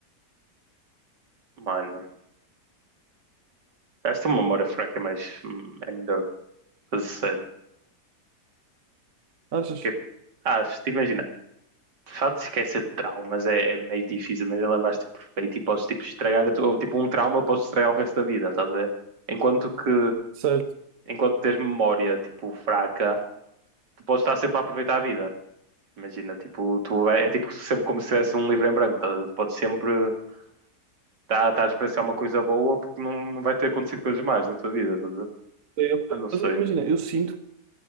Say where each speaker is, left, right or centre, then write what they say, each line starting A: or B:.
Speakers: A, on the right (about 80°); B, on the right (about 55°).
A: Mano, esta memória fraca é mais, hum, é melhor, para ser sério.
B: Achas?
A: Que é- Ah, se te imaginar. De facto se esquecer de traumas é, é meio difícil, mas lembraste perfeito e podes tipo, estragar, a tua- ou, tipo, um trauma podes estragar o resto da vida, estás a ver? Enquanto que,
B: Certo.
A: enquanto tens memória, tipo, fraca, tu podes estar sempre a aproveitar a vida. Imagina, tipo, tu é, é, tipo sempre como se tivesse um livro em branco, estás a ver? Tu podes sempre estar estar a experienciar uma coisa boa porque não, não vai ter acontecido coisas más na tua vida, estás a ver?
B: É, ok.
A: Mas não sei.
B: Mas eu- imagina, eu sinto,